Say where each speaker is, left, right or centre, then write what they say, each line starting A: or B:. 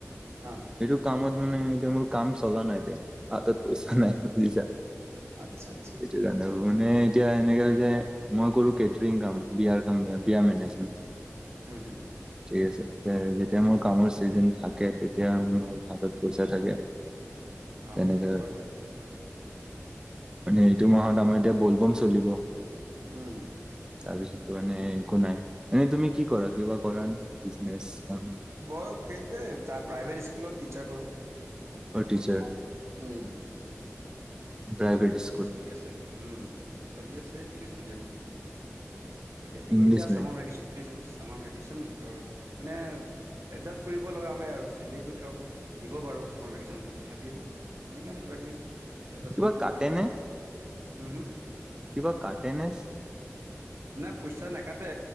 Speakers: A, on the right (about 60°); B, on the right (about 15°).
A: অ'।
B: এইটো কামত মানে এয়া মোৰ কাম চলা নাই হাতত পইচা নাই বুজিছা।
A: আচ্ছা, আচ্ছা।
B: সেইটো মানে এতিয়া এনেকে যে মই কৰো কেটাৰিং কাম বিয়াৰ কাম বিয়া মেনেজমেন্ট
A: হুম, হুম হু
B: ঠিক আছে, তে যেতিয়া মোৰ কামৰ চিজন থাকে তে এতিয়া মো হাতত পইচা থাকে
A: অ
B: তেনেকে
A: সেইটো হয় বাৰু
B: মানে এইটো মাহত আমাৰ এতিয়া ব'লব'ম চলিব
A: উম।
B: তাৰপিছততো এনে একো নাই এনে তুমি কি কৰা কিবা কৰা নে বিজনেচ। কাম
A: বয় সেইটোৱে প্ৰাইভেট স্কুলত টিচাৰ কৰোঁ
B: অ' টিচাৰ
A: বৰ্তমান। উম, বাকীটো
B: প্ৰাইভেট স্কুল
A: কি চলি আছে উম। চলি আছে ইংলিছ মিডিয়ামত। এতিয়া তাকে
B: ইংলিছ
A: এতিয়া
B: মিডিয়াম
A: চামাৰ ভেকেশন পাইাব চামাৰ ভেকেশচন ত' মানে এডজাষ্ট কৰিব লগা হয় আৰু চেলেৰিটো ধৰক দিব পাৰ চামাৰ ভেকেচন হ'লেও তথাপিও তেনেকে মানে কিবা- কিবি এডজাষ্ট
B: কিবা
A: কৰিব
B: কাটে
A: লাগিব আৰু
B: নে
A: হুম, হুম।
B: কিবা কাটেনেছ
A: না পইচা নাকাটে